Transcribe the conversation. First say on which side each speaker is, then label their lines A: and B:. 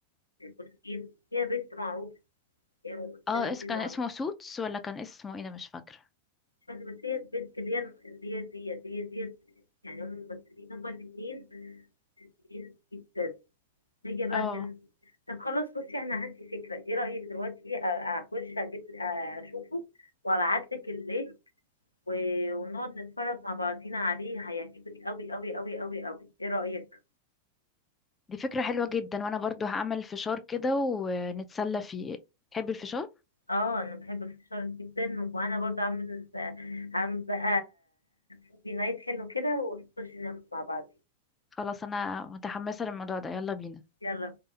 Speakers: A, on the left (about 85°); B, on the left (about 15°).
A: جزئين هي بنت معروفة هي ممثلة
B: اه اس
A: دي
B: كان
A: معروفة
B: اسمه سوتس ولا كان اسمه ايه ده مش فاكرة
A: بس بس هي سبيس كلير ديت ديت هي ديت يعني هم الممثلين هما الاثنين ممثلين جدا نيجي بقى
B: اه
A: كان طب خلاص بصي انا عندي فكرة ايه رأيك دلوقتي أ- اخش اجيب اشوفه وابعتلك اللينك و- ونقعد نتفرج مع بعضينا عليه هيعجبك قوي قوي قوي قوي قوي ايه رأيك
B: دي فكرة حلوة جدا وانا برضو هعمل فشار كده ونتسلى فيه تحبي الفشار
A: اه انا بحب الفشار جدا وانا برضه عامل عامل بقى موفي نايت حلو كده ونخش ناكل مع بعض
B: خلاص انا متحمسة للموضوع ده يلا بينا
A: يلا